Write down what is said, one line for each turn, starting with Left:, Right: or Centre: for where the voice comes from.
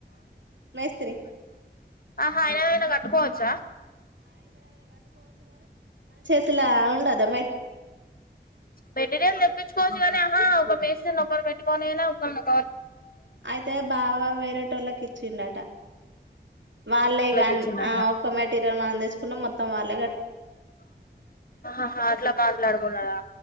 Right: మేస్త్రి
Left: అహా ఈరోజన్నా పోచ్చా
Right: ల్ల ఉండదా
Left: మెటీరియల్ తెప్పించుకోవచ్చు కానీ ఆహా ఒక నొకరు పెట్టుకోనైనా ఒకల్లు
Right: అయితే బావ వేరేటోల్లకి చిన్న ట వాల్లే గానీ
Left: తెచ్చిండా
Right: ఆ ఒక్క మెటీరియల్ మనం తెసు పునం మొత్తం వాల్ల
Left: అహహా అట్లా మాట్లాడుకున్నారా